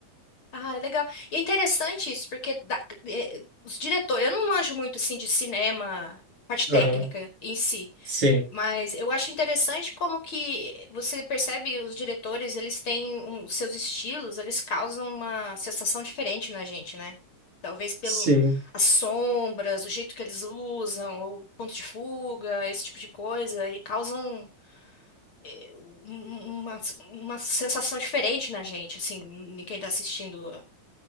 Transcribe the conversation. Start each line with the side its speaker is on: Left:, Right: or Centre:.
Left: Ah, é legal. E é interessante isso, porque dá- eh, os diretores, eu não manjo muito assim de cinema, parte
Right: Aham.
Left: técnica em si,
Right: Sim,
Left: mas eu acho interessante como que você percebe os diretores, eles têm um- os seus estilos, eles causam uma sensação diferente na gente, né? Talvez pelo
Right: sim,
Left: as sombras, o jeito que eles usam, ou o ponto de fuga, esse tipo de coisa, e causam eh, um- um, uma, uma sensação diferente na gente, assim, em quem está assistindo